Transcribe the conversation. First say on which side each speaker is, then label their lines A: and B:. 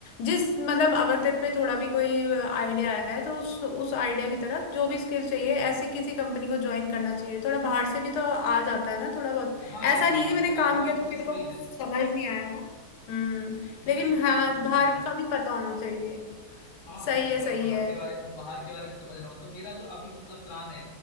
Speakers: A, on the left; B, on the left.
A: जिस मतलब अगर तेरे पे थोड़ा भी कोई आइडिया है तो उस उस आइडिया की तरफ जो भी स्किल चाहिए ऐसी किसी कंपनी को ज्वाइन करना चाहिए थोड़ा बाहर से भी तो आ जाता है ना थोड़ा बहुत
B: हाँ
A: ऐसा
B: दीदी
A: नहीं
B: हाँ
A: है कि मैंने
B: मेरा
A: काम
B: पूरा
A: किया तो
B: कोशिश
A: मेरे
B: वही
A: को कुछ
B: है
A: समझ नहीं आया ना हम्म लेकिन
B: मेरी पूरी
A: हाँ
B: कोशिश
A: बाहर
B: वही है
A: का भी पता होना चाहिए
B: हाँ
A: सही
B: हाँ पूरा
A: है सही
B: बाहर
A: है
B: के बारे बाहर के बारे में समझ रहा हूँ तो मेरा जो अभी मतलब प्लान है